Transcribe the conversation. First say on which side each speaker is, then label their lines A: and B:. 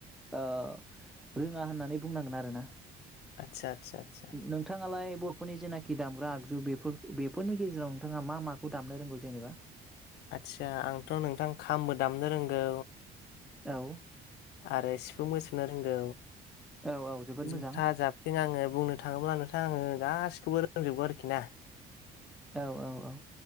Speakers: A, in the centre; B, on the left (about 80°).
A: ओ रोङा होननानै बुंनांगोन आरोना।
B: आतसा आतसा आतसा।
A: नोंथाङालाय बर'फोरनि जेनाखि दामग्रा आगजु बेफोर बेफोरनि गेजेराव नोंथाङा मा माखौ दामनो रोंगौ जेनेबा?
B: आदसा आंथ नोंथां खामबो दामनो रोंगौ।
A: औ।
B: आरो सिफुंबो सुनो रोंगौ।
A: औ औ जोबोद
B: जुथा
A: मोजां
B: जाबफख्रिं आङो बुंनो थाङोब्ला नोंथां आङो गासि खौबो रोंजोबगौ आरोखि ना
A: औ औ औ